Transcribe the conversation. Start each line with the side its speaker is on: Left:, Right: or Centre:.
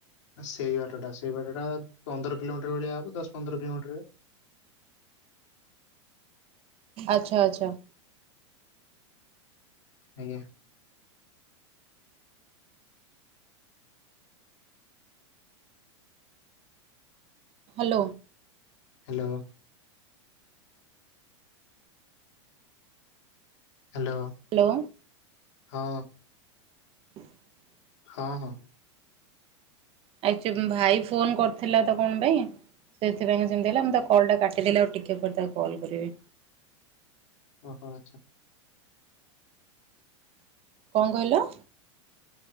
Left: ସେଇ ବାଟ ଟା ସେଇ ବାଟ ଟା ପନ୍ଦର କିଲୋମିଟର ଭଳିଆ ହବ ଦଶ ପନ୍ଦର କିଲୋମିଟରେ
Right: ଆଛା ଆଛା।
Left: ଆଜ୍ଞା।
Right: ହ୍ୟାଲୋ।
Left: ହ୍ୟାଲୋ। ହ୍ୟାଲୋ।
Right: ହ୍ୟାଲୋ।
Left: ହଁ।
Right: <inaudible>
Left: ହଁ ହଁ।
Right: ଆଇଚ ଭାଇ ଫୋନ କରିଥିଲା ତ କଣ ପାଇଁ। ସେଇଥିପାଇଁ କା ସେମିତି ହେଲା ମୁ ତା କଲଟା କାଟିଦେଲି ଆଉ ଟିକିଏ ପରେ ତାକୁ କଲ୍ କରିବି।
Left: ଓ ହୋ ଆଚ୍ଛା।
Right: କଂ କହିଲ।